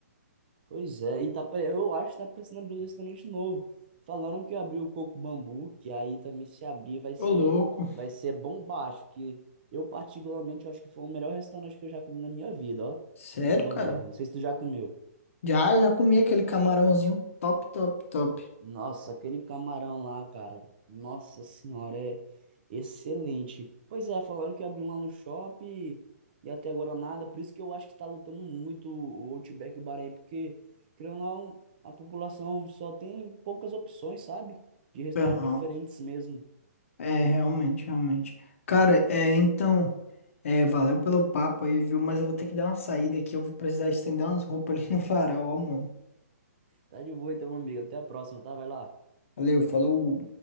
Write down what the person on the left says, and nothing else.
Ô,
louco.
Sério,
cara?
Já, já comi aquele camarãozinho top, top, top.
Aham.
É, realmente, realmente. Cara, é, então, é, valeu pelo papo aí, viu? Mas eu vou ter que dar uma saída aqui. Eu vou precisar estender umas roupas ali no varal, ó, mano.
Valeu, falou.